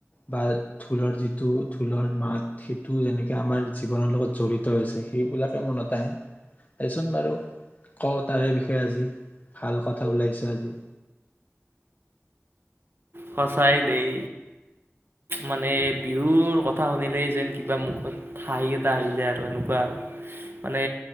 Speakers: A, on the left; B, on the right.
A: বা ঢোলৰ যিটো ঢোলৰ মাত সেইটো যেনেকে আমাৰ জীৱনৰ লগত জড়িত আছে সেইবিলাকে মনত আহে তচোন বাৰু কওঁ তাৰে বিষয়ে আজি ভাল কথা ওলাইছে ৰাজজু
B: সঁচাই দেই মানে বিহুৰ কথা শুনিলেই যেন কিবা মুখত হাঁহি এটা আহি যায় আৰু এনেকুৱা আৰু মানে